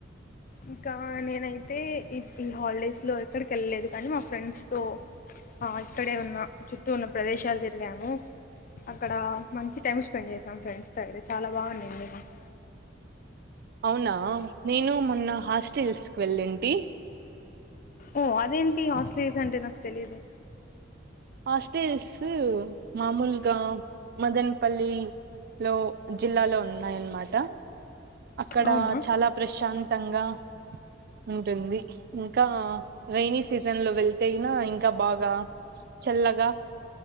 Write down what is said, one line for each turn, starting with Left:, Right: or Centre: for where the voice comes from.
Left: ఇంకా నేనైతే ఈ ఈ హాలిడేస్లో ఎక్కడికి వెళ్ళలేదు కానీ మా ఫ్రెండ్స్తో ఆ ఇక్కడే ఉన్న చుట్టూ ఉన్న ప్రదేశాలు తిరిగాము అక్కడ మంచి టైం స్పెండ్ చేసాం ఫ్రెండ్స్తో అయితే చాలా బాగుండింది మాకు
Right: అవునా నేను మొన్న హాస్టల్స్ కి వెళ్ళెంటి
Left: ఓ అదేంటి హాస్టలియర్స్ అంటే నాక్ తెలీదె
Right: హాస్టెల్స్ మామూల్గా మదన్ పల్లి లో జిల్లాలో ఉన్నాయనమాట అక్కడ
Left: అవునా
Right: చాల ప్రశాంత్ తంగా ఉంటుంది ఇంకా రేని సీజన్ లో వెళ్తేనా ఇంక బాగా లగ